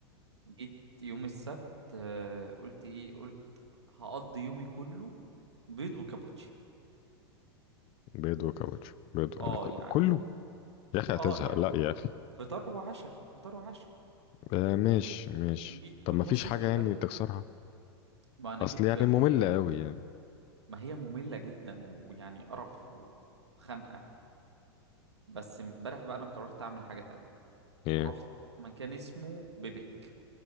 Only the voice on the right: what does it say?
جيت يوم السبت آه قلت ايه قلت هقضي يومي كله بيض وكابوتشي
اه
يعني
اه
يعني
فطار وعشاء فطار وعشاء
جيت
في النص
في الغدا
ما انا
جيت
في
ما هي مملة جدا ويعني قرف وخنقة بس امبارح بقى انا قررت اعمل حاجة تانية
رحت مكان اسمه بيبك